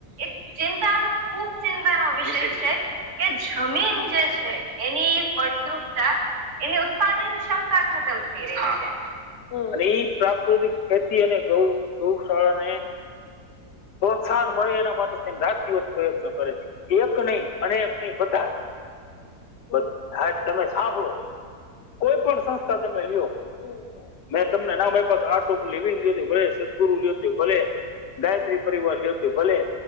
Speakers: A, on the right; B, on the left.
A: એક ચિંતાનો ખુબ ચિંતાનો વિષય છે. કે જમીન જે છે એની ફળદ્રુપતા એની ઉત્પાદન ક્ષમતા ખતમ થઈ રહી છે.
B: અને ઈ પ્રાકૃતિક ખેતી અને ગૌ ગૌશાળા ને પ્રોત્સાહન મળે એના માટે તેમ રાત દિવસ પ્રયત્ન કરે છે. એક નહી અનેક નહી બધા જ બધા જ તમે સાંભળો કોઈ પણ સંસ્થા તમે લ્યો મેં તમને નામ આપ્યા કે આર્ટ ઓફ લિવિંગ લીધું ભલે સદગુરુ લીધું ભલે ગાયત્રી પરિવાર લીયો તો ભલે